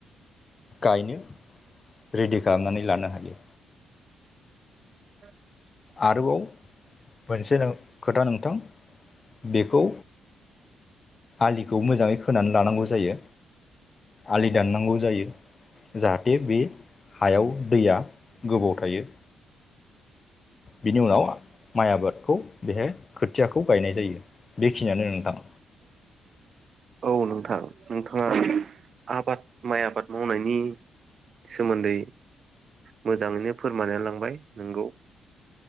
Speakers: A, on the left; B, on the right.
A: गायनो रेडि खालामनानै लानो हायो।
B: <inaudible>
A: आरोबाव मोनसे खोथा नोंथां बेखौ आलिखौ मोजाङै खोनानै लानांगौ जायो आलि दाननांगौ जायो जाहाथे बे हायाव दैया गोबाव थायो
B: <inaudible>
A: बिनि उनाव माइ आबादखौ बेहाय खोथियाखौ गायनाय जायो बेखिनियानो नोंथां
B: <inaudible> औ नोंथां नोंथाङा आबाद माइ आबाद मावनायनि सोमोन्दै मोजाङैनो फोरमायनानै लांबाय नोंगौ